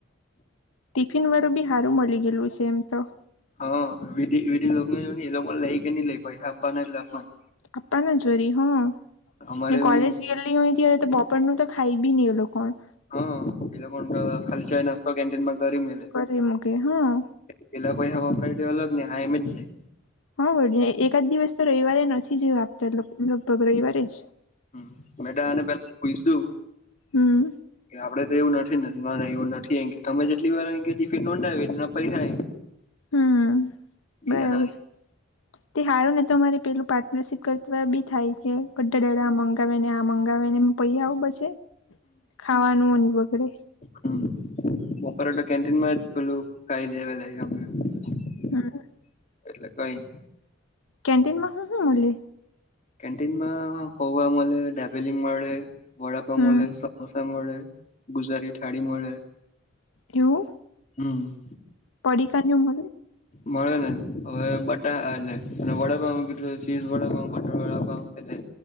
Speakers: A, on the left (about 85°); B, on the left (about 35°).
A: ટિફિન વાળું બી હારું મલી ગયેલું છે એમ તો.
B: હા. વિધી-વિધી લોગને જો ને એ લોકો લાઈ કે નઈ લાઈ, પૈસા આપવાના એટલે આપવાના.
A: આપવાના જોરી હા.
B: અમારે
A: ને
B: એવું
A: કોલેજ
B: નહી મળે.
A: ગયેલી હોય ત્યારે તો બપોર નું તો ખાઈ બી નહીં લો. કોણ?
B: હા. ઈ લોકો ને તો ખાલી ચાય નાસ્તો કેન્ટીનમાં કરી મેલે.
A: કરી મૂકે હા.
B: પેલા પૈહા વપરાય તે અલગ ને હા એમ જ જાય.
A: હા <unintelligible> એકા જ દિવસ તો રઈવારે નથી <unintelligible> આપતા એ લોક. લગભગ રઈવારે જ.
B: જાય મેં તો આને પેલા પૂયછું
A: હમ્મ-હમ્મ.
B: કે આપડે તો એવું નથી ને મારે એવું નથી <unintelligible> કે તમે જેટલી વાર એમ ક્યો ટિફીન નોંધાવીન ના પૈહાઈ
A: હમ્મ,
B: બીજાના
A: બરાબર.
B: નહીં.
A: તે હારું ને તો અમારે પેલું પાર્ટનરશીપ કરતા બી થાય, કે <unintelligible> મંગાવે ને આ મંગાવે ને પૈહા આવું બચે, ખાવાનુંન બગડે.
B: હમ્મ. બપોરે તો કેન્ટીન માં જ પેલું ખાઇ લેવાં <unintelligible>
A: હમ
B: એટલે કંઈ
A: કેન્ટીનમાં હું-હું મલે?
B: કેન્ટીન માં પૌવા મલે, ડાબેલી મળે વડાપાઉં
A: હમ
B: મલે, સમોસા મળે, ગુજરાતી થાળી મળે.
A: એવું?
B: હમ્મ.
A: પડીકા ને એવું મલે?
B: મળે ને. હવે બટા એટલે અને વડાપાઉં કીધું ચીઝ વડાપાઉં, બટર વડાપાઉં એટલે